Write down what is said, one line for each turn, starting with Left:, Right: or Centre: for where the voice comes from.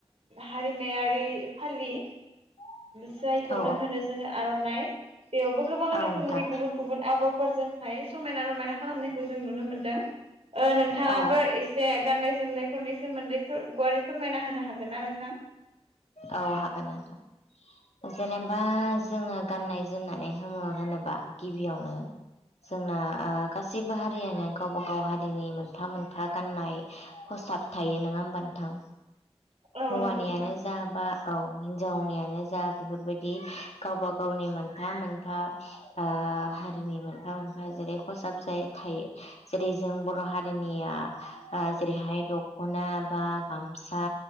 Right: हारिमायारि फालि
Left: <inaudible> <unintelligible>
Right: जायखौनो
Left: औ
Right: होनो जोङो आर'नाइ बेयावबो गोबां
Left: औ
Right: रोखोमनि
Left: नोंथां
Right: गुबुन गुबुन आगरफोरजों फाय। समायना रमायना खालामनायखौ जों नुनो मोनदों ओ नोंथाङाबो
Left: औ
Right: एसे गाननाय जोमनायफोरनि सोमोन्दै गुवारै फोरमायना होनो हागोन ना नोंथां।
Left: औ हागोन नोंथां। जेनेबा जोङो गाननाय जोमनानै हो होनोबा गिबियावनो जोंना ओ गासिबो हारियानो गावबा गाव हारिनि मोनफा मोनफा गाननाय साब थायो नङा होमबा नोंथां।
Right: औ
Left: हौवानियानो
Right: नंगौ नोंथां।
Left: जा बा औ हिनजावनियानो जा बेफोरबायदि गावबा गावनि मोनफा मोनफा ओ हारिनि मोनफा मोनफा जेरै खसाब जायो थायो जेरै जों बर' हारिनिया ओ जेरैहाय दख'ना बा गामसा